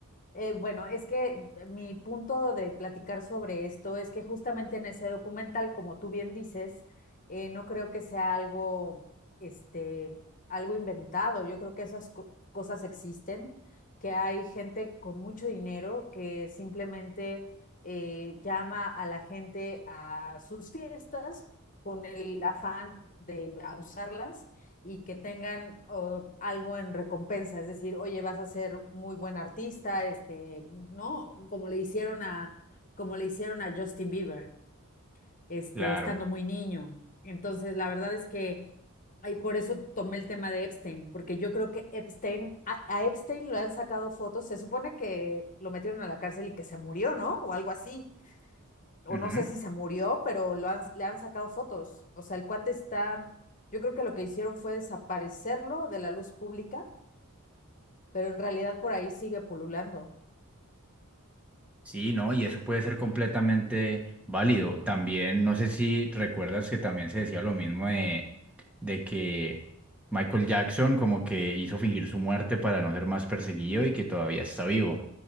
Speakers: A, on the left (about 35°); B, in the centre.
A: Eh, bueno, es que eh, mi punto de platicar sobre esto es que justamente en ese documental, como tú bien dices, eh, no creo que sea algo, este, algo inventado. Yo creo que esas co- cosas existen, que hay gente con mucho dinero que simplemente eh, llama a la gente a sus fiestas con el afán de abusarlas y que tengan oh, algo en recompensa, es decir, oye, vas a ser muy buen artista, este, ¿no? Como le hicieron a, como le hicieron a Justin Bieber, este,
B: Claro.
A: estando muy niño. Entonces, la verdad es que, ay, por eso tomé el tema de Epstein, porque yo creo que Epstein, a, a Epstein lo han sacado fotos, se supone que lo metieron a la cárcel y que se murió, ¿no? O algo así o
B: Ujú.
A: no sé si se murió, pero lo han- le han sacado fotos. O sea, el cuate está, yo creo que lo que hicieron fue desaparecerlo de la luz pública, pero en realidad por ahí sigue pululando.
B: Sí, no, y eso puede ser completamente válido. También, no sé si recuerdas que también se decía lo mismo de, de que Michael Jackson como que hizo fingir su muerte para no ser más perseguido y que todavía está vivo.